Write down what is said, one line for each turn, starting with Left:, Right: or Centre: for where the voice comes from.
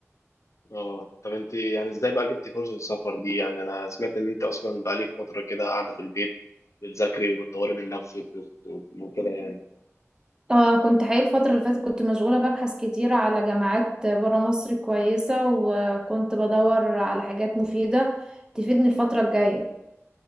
Left: اه طب انت يعني ازاي بقى جبتي فرصة السفر دي؟ يعني انا سمعت ان انت اصلا بقالك فترة كده قاعدة في البيت بتذاكري وبتطوري من نفسك وب- وكده يعني،
Right: اه كنت حقيقي الفترة اللي فاتت كنت مشغولة ببحث كتير على جامعات برا مصر كويسة وكنت بدور على حاجات مفيدة تفيدني الفترة الجاية